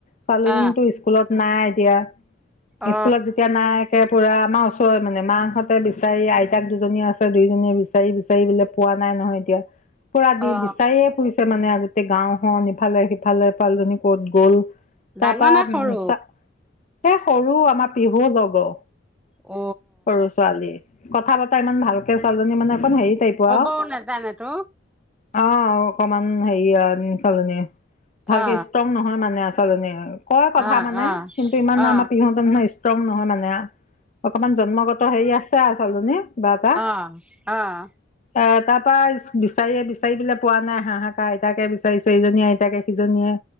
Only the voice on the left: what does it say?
ছোৱালীজনীতো
স্কুলত নাই এতিয়া,
স্কুলত যেতিয়া নাই একে পুৰা আমাৰ ও চৰ মানে মাহহঁতে বিচাৰি আইতাক দুজনীয়ে আছে দুইজনীয়ে বিচ বিচাৰি বিচাৰি বোলে পোৱা নাই নহয়, এতিয়া পুৰা দি
বিচাৰিয়ে ফুৰিছে। মানে আগতে গাওঁ খন ইফালে সিফালে পোৱালজনী ক'ত গ'ল? তাৰপৰা
উম চ সেই সৰু আমাৰ পিহু লগৰ।
সৰু ছোৱালী কথা বতা ইমান ভালকে ছোৱালীজনী মানে অকন হেৰী টিপ কোৱা,
অঁ অকমান হেৰি আৰু ছোৱালীজনী
ভালকে ষ্ট্ৰং নহয় মানে আৰু ছোৱালী কয় কথা
মানে
কিন্তু ইমান
আমাৰ পিহুহতে নিচিনা ষ্ট্ৰং নহয় মানে অকমান জন্মগত হেৰি আছে আৰু ছোৱালীজনী। কিবা এটা
এ তাৰ পৰা বিচাৰিয়ে বিচাৰি বোলে পোৱা নাই হাঁহাকাহ আইতাকে বিচাৰিছে এইজনীয়ে আইতাকে সিজনীয়ে।